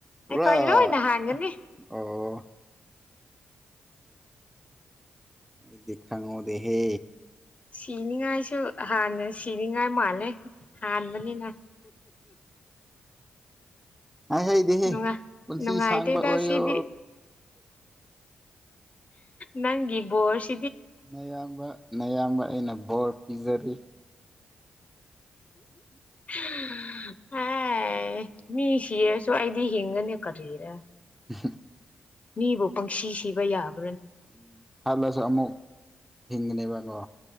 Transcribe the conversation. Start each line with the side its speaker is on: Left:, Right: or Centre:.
Centre: ꯄꯨꯔꯥ
Left: ꯑꯩꯈꯣꯏ ꯂꯣꯏꯅ ꯍꯥꯟꯒꯅꯤ
Centre: ꯑꯣ ꯑꯩꯗꯤ ꯈꯪꯍꯧꯗꯦ ꯍꯦ
Left: ꯁꯤꯅꯤꯡꯉꯥꯏꯁꯨ ꯍꯥꯟꯅ ꯁꯤꯅꯤꯡꯉꯥꯏ ꯃꯥꯜꯂꯦ ꯍꯥꯟꯕꯅꯤꯅ ꯎ
Centre: ꯍꯥꯏ ꯍꯩꯗꯤꯍꯦ
Left: ꯅꯨꯡꯉꯥꯏ
Centre: ꯄꯨꯟꯁꯤ
Left: ꯅꯨꯡꯉꯥꯏꯇꯦꯗ
Centre: ꯁꯥꯡꯕ ꯑꯣꯏꯌꯣ
Left: ꯁꯤꯗꯤ ꯅꯪꯒꯤ ꯕꯣꯁ
Centre: ꯑꯌꯥꯝꯕ ꯑꯌꯥꯝꯕ ꯑꯩꯅ ꯕꯣꯔ ꯄꯤꯖꯔꯤ
Left: <inaudible> ꯍ ꯃꯤ ꯁꯤꯔꯁꯨ ꯑꯩꯗꯤ ꯍꯤꯡꯒꯅꯦ ꯀꯔꯤꯅꯣ
Centre: ꯎ
Left: ꯃꯤꯕꯨ ꯄꯪꯁꯤ ꯁꯤꯕ ꯌꯥꯕ꯭ꯔ
Centre: ꯎꯝ ꯍꯜꯂꯁꯨ ꯑꯃꯨꯛ ꯍꯤꯡꯒꯅꯦꯕꯀꯣ